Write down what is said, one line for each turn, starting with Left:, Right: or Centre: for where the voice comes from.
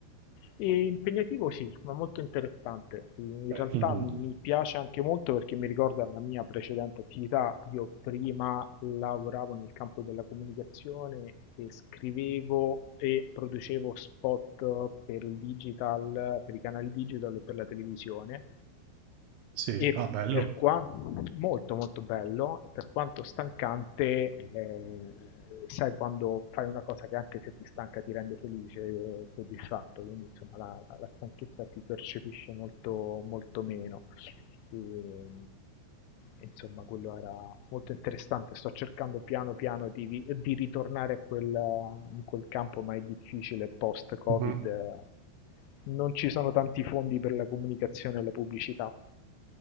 Left: E impegnativo sì, ma molto interessante. In realtà
Right: Mhm.
Left: mi piace anche molto perché mi ricorda la mia precedente attività. Io prima lavoravo nel campo della comunicazione e scrivevo e producevo spot per il digital, per i canali digital o per la televisione.
Right: Sì,
Left: E
Right: ah, bello.
Left: per quanto molto molto bello, per quanto stancante, eh, sai quando fai una cosa che anche se ti stanca ti rende felice e soddisfatto, quindi insomma la, la stanchezza si percepisce molto, molto meno. E, insomma, quello era molto interessante. Sto cercando piano piano di, vi- di ritornare a quel, in quel campo, ma è difficile post-Covid.
Right: Mhm.
Left: eh, Non ci sono tanti fondi per la comunicazione e la pubblicità.